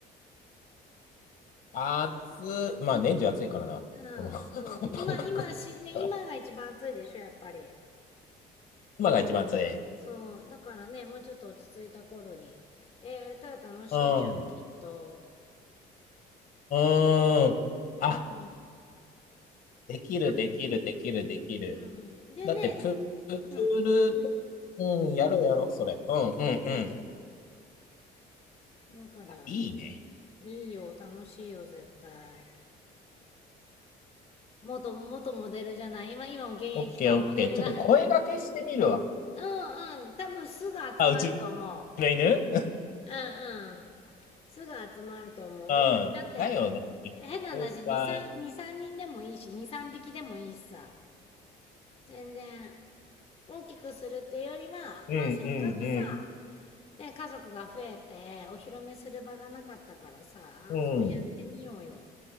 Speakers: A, on the left (about 55°); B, on the left (about 35°).
A: 暑、まあ年中暑いからな、
B: うん、
A: この
B: そう。
A: <laughs>
B: 今、
A: 万博は。
B: 今し、ね、今が一番暑いでしょ、やっぱり。
A: 今が一番暑い。
B: そう、だからね、もうちょっと落ち着いた頃に、えー、やれたら楽しいじゃん、
A: うん。
B: きっと。
A: うーん。
B: うん、
A: あ、できる、できる、できる、できる。
B: うん。でね、
A: だってプ、プール、
B: うん、
A: うん、やろうやろう、それ。うん、うん、
B: うん。
A: うん。
B: だから、
A: いいね。
B: いいよ、楽しいよ、絶対。元、元モデルじゃない。今、今も現役か、
A: オッケー、
B: モデルが。
A: オッケー。ちょっと声掛けしてみるわ。
B: <laughs> うん、うん。多分すぐ集まると思
A: あ、うちの犬
B: う。うんうん。すぐ集まると思う。
A: <laughs> うん。
B: 別にだって、
A: だよね。
B: 変な話、
A: そうか。
B: 2、3、2、3人でもいいし、2、3匹でもいいしさ。全然、大きくするっていうよりは、
A: うん、
B: まあせっかくさ、
A: うん、うん。
B: ね、家族が増えて、お披露目する場がなかったからさ、
A: うん、
B: それやってみようよ。